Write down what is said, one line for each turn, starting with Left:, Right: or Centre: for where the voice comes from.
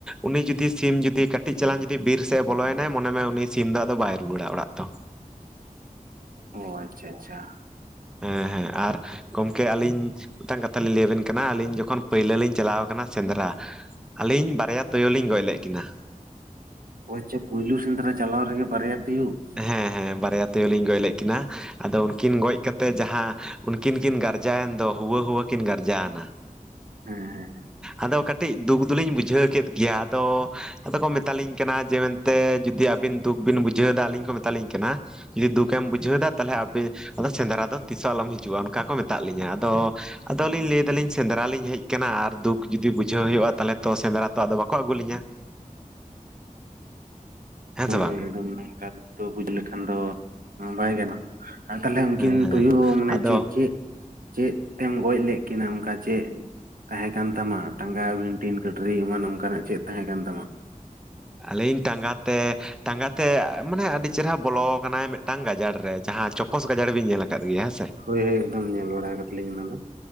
Centre: ᱩᱱᱤ ᱡᱩᱚᱫᱤ ᱥᱤᱢ ᱡᱩᱫᱤ ᱠᱟᱹᱴᱤᱡ ᱪᱮᱞᱟᱝ ᱡᱩᱫᱤ ᱵᱤᱨ ᱥᱮᱫ ᱮ ᱵᱚᱞᱚᱭᱮᱱᱟᱭ ᱢᱚᱱᱮᱢ ᱩᱱᱤ ᱥᱤᱢ ᱫᱟᱜ ᱫᱚ ᱵᱟᱭ ᱨᱩᱣᱟᱹᱲᱟ ᱚᱲᱟᱜ ᱫᱚ
Right: ᱚ ᱟᱪᱪᱷᱟ ᱟᱪᱪᱷᱟ
Centre: ᱦᱮᱸ ᱦᱮᱸ ᱟᱨ ᱜᱚᱢᱠᱮ ᱟᱹᱞᱤᱧ ᱢᱤᱫᱴᱟᱝ ᱠᱟᱛᱷᱟ ᱞᱤᱧ ᱞᱟᱹᱭᱟᱵᱮᱱ ᱠᱟᱱᱟ ᱟᱹᱞᱤᱧ ᱡᱚᱠᱷᱚᱱ ᱯᱟ. ᱭᱞᱟ. ᱞᱤᱧ ᱪᱟᱞᱟᱣ ᱟᱠᱟᱱᱟ ᱠᱟᱱᱟ ᱥᱮᱸᱫᱽᱨᱟ ᱟᱹᱞᱤᱧ ᱵᱟᱨᱭᱟ ᱛᱩᱭᱩ ᱞᱤᱧ ᱜᱚᱡ ᱞᱮᱫ ᱠᱤᱱᱟ
Right: ᱪᱮ ᱯᱩᱭᱞᱩ ᱥᱮᱸᱫᱽᱨᱟ ᱪᱟᱞᱟᱣ ᱨᱮᱜᱮ ᱯᱟᱨᱭᱟ ᱛᱩᱛ
Centre: ᱦᱮᱸ ᱦᱮᱸ ᱵᱟᱨᱭᱟ ᱛᱮ ᱞᱤᱧ ᱜᱚᱡ ᱞᱮᱫ ᱠᱤᱱᱟ ᱾ ᱟᱫᱚ ᱩᱱᱠᱤᱱ ᱜᱚᱡ ᱠᱟ ᱠᱟᱛᱮᱫ ᱡᱟᱦᱟᱸ ᱩᱱᱠᱤᱱ ᱠᱤᱱ ᱜᱟᱨᱡᱟᱭᱮᱱ ᱫᱚ ᱦᱩᱣᱟᱹᱦᱩᱣᱟᱹᱠᱤᱱ ᱜᱟᱨᱡᱟᱣᱱᱟ
Right: ᱦᱮᱸ ᱦᱮᱸ ᱦᱮᱸ
Centre: ᱟᱫᱚ ᱠᱟᱹᱴᱤᱡ ᱫᱩᱠ ᱫᱚᱞᱤᱧ ᱵᱩᱡᱷᱟᱹᱣ ᱠᱮᱫ ᱜᱮᱭᱟ ᱟᱫᱚ ᱟᱫᱚ ᱠᱚ ᱢᱮᱛᱟᱞᱤᱧ ᱠᱟᱱᱟ ᱡᱮ ᱛᱮ ᱡᱩᱫᱤ ᱟᱹᱵᱮᱱ ᱫᱩᱠ ᱵᱤᱱ ᱵᱩᱡᱷᱟᱹᱣᱮᱫᱟ ᱟᱹᱞᱤᱧ ᱠᱚ ᱢᱮᱛᱟᱞᱤᱧ ᱠᱟᱱᱟ ᱡᱩᱫᱤ ᱫᱩᱠᱮᱢ ᱵᱩᱡᱷᱟᱹᱣ ᱮᱫᱟ ᱛᱟᱦᱚᱞᱮ ᱟᱵᱮᱱ ᱟᱫᱚ ᱥᱮᱸᱫᱽᱨᱟ ᱫᱚ ᱛᱤᱥᱦᱚᱸ ᱟᱞᱚᱢ ᱦᱤᱡᱩᱜᱼᱟ ᱚᱱᱠᱟ ᱠᱚ ᱢᱮᱛᱟᱜ ᱞᱤᱧᱟᱹ ᱟᱫᱚ ᱟᱫᱚᱞᱤᱧ ᱞᱟᱹᱭ ᱫᱟᱞᱤᱧ ᱥᱮᱸᱫᱽᱨᱟ ᱞᱤᱧ ᱦᱮᱡ ᱟᱠᱟᱱᱟ ᱟᱨ ᱫᱩᱠ ᱡᱩᱫᱤ ᱵᱩᱡᱷᱟᱹᱣ ᱦᱩᱭᱩᱜᱼᱟ ᱛᱟᱦᱚᱞᱮ ᱥᱮᱸᱫᱽᱨᱟ ᱛᱚ ᱟᱫᱚ ᱵᱟᱠᱚ ᱟᱹᱜᱩ ᱞᱤᱭᱟᱹ ᱦᱮᱸ
Right: ᱦᱳᱭ
Centre: ᱥᱮ ᱵᱟᱝ
Right: ᱦᱳᱭ ᱮᱠᱫᱚᱢ ᱱᱚᱝᱠᱟ ᱵᱩᱡᱽ ᱞᱮᱠᱷᱟᱱ ᱫᱚ ᱵᱟᱭ ᱜᱟᱱᱚᱜ ᱟᱨ ᱛᱟᱦᱚᱞᱮ ᱩᱱᱠᱤᱱ
Centre: ᱦᱮᱸ ᱦᱮᱸ
Right: ᱛᱩᱭᱩ ᱢᱟᱱᱮ
Centre: ᱟᱫᱚ
Right: ᱪᱮᱫ ᱪᱮᱫ ᱪᱮᱫ ᱛᱮᱢ ᱜᱚᱡ ᱞᱮᱫ ᱠᱤᱱᱟᱹ ᱚᱱᱠᱟ ᱪᱮᱫ ᱛᱟᱦᱮᱸ ᱠᱟᱱ ᱛᱟᱢᱟ ᱴᱟᱸᱜᱟ ᱵᱷᱤᱱᱴᱤᱱ ᱠᱟᱴᱟᱹᱨᱤ ᱮᱢᱟᱱ ᱚᱝᱠᱟᱱᱟᱜ ᱪᱮᱫ ᱛᱟᱦᱮᱸ ᱠᱟᱱ ᱛᱟᱢᱟ
Centre: ᱟᱹᱞᱤᱧ ᱴᱟᱸᱜᱟ ᱛᱮ ᱴᱟᱸᱜᱟ ᱛᱮ ᱢᱟᱱᱮ ᱟᱹᱰᱤ ᱪᱮᱨᱦᱨᱟ ᱵᱚᱞᱚ ᱟᱠᱟᱱᱟᱭ ᱢᱤᱫᱴᱟᱝ ᱜᱟᱡᱟᱲ ᱨᱮ ᱡᱟᱦᱟᱸ ᱪᱚ ᱩᱯᱚᱥ ᱜᱟᱡᱟᱲ ᱵᱮᱱ ᱧᱮᱞ ᱟᱠᱟᱫ ᱜᱮᱭᱟ ᱦᱮᱸ ᱥᱮ
Right: ᱦᱳᱭ ᱦᱳᱭ ᱮᱠᱫᱚᱢ ᱧᱮᱞ ᱵᱟᱲᱟ ᱠᱟᱫᱟᱞᱤᱧ ᱚᱱᱟ ᱫᱚ